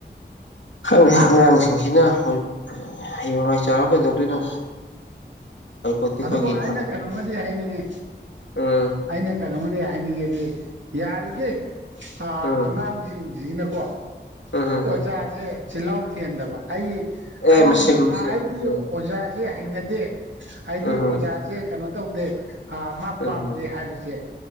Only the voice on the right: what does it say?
ꯑꯗꯨꯕꯨ ꯑꯩꯅ
ꯀꯩꯅꯣꯝꯃꯗꯤ ꯍꯥꯏꯅꯤꯡꯉꯦ
ꯑꯩꯅ ꯀ ꯀꯩꯅꯣꯝꯃꯗꯤ ꯍꯥꯏꯅꯤꯡꯉꯦꯗꯤ ꯌꯥꯔꯤꯒꯩ ꯑꯥ
ꯑꯉꯥꯡꯖꯤꯡꯖꯤꯅꯀꯣ
ꯑꯣꯖꯥꯖꯦ
ꯆꯤꯜꯍꯥꯎ ꯊꯤꯍꯟꯗꯕ ꯑꯩ
ꯑꯩ
ꯑꯩꯗꯤ
ꯑꯣꯖꯥꯖꯦ ꯍꯩꯅꯗꯦ ꯍꯥꯏꯗꯤ
ꯑꯣꯖꯥꯖꯦ ꯀꯅꯣ ꯇꯧꯗꯦ ꯑꯥ ꯃꯥ
ꯄꯥꯝꯗꯦ ꯍꯥꯏꯕꯖꯦ